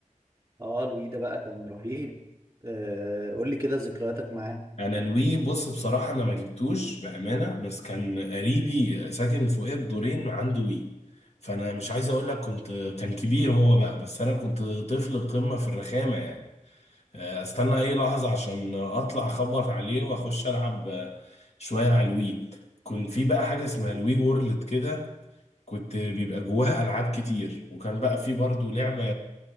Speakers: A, on the right; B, on the left.
A: اه لوي ده بقى كان رهيب آه قول لي كده ذكرياتك معاه
B: انا الوي بص بصراحه انا ما جبتوش بامانه بس كان قريبي ساكن فوقيه بدورين عنده وي فانا مش عايز اقول لك كنت كان كبير هو بقى بس انا كنت طفل قمه في الرخامه يعني آه، استنى اي لحظه عشان اطلع اخبط عليه واخش العب آه، شويه على الوي كنت في بقى حاجه اسمها الوي وورلد كده كنت بيبقى جواها العاب كتير وكان بقى في برضه لعبه